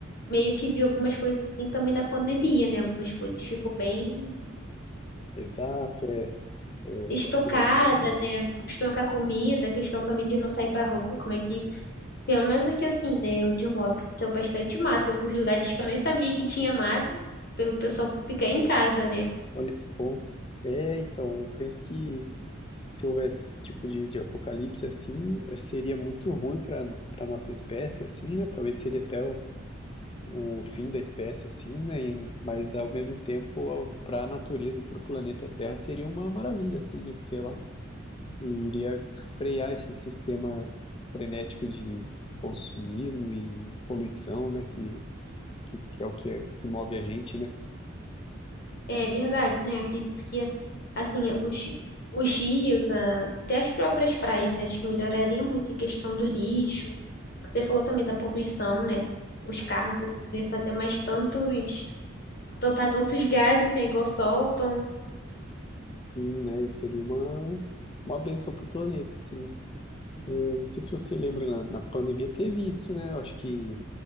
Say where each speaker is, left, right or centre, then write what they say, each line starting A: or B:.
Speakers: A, on the left; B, on the left.
A: meio que vi algumas coisas assim também na pandemia, né? Algumas coisas ficou bem
B: exato, é, eu,
A: estocada,
B: aquilo ali, né?
A: né? Estocar comida, questão também de não sair pra rua, como é que, pelo menos aqui assim, né, onde eu moro, cresceu bastante mato, em alguns lugares que eu nem sabia que tinha mato, pelo pessoal ficar em casa, né?
B: Olha que bom. É, então, eu penso que se houvesse esse tipo de, de apocalipse, assim, seria muito ruim para para nossa espécie, assim, né? Talvez seria até o o fim da espécie, assim, né? E- mas ao mesmo tempo, para a natureza e para o planeta Terra seria uma maravilha, assim, né? Porque ela iria frear esse sistema frenético de consumismo e poluição, né? Que, que, que é o que, é, que move a gente, né?
A: É verdade, né? Acredito que assim, os Os rios, a- até as próprias praias, né? Acho que melhoraria muito em questão do lixo. Você falou também da poluição, né? Os carros, assim, não ia fazer mais tantos soltar tantos gases, né, igual soltam.
B: E, né? E seria uma, uma benção para o planeta, assim. Eu Não sei se você lembra, na, na pandemia teve isso, né? Eu acho que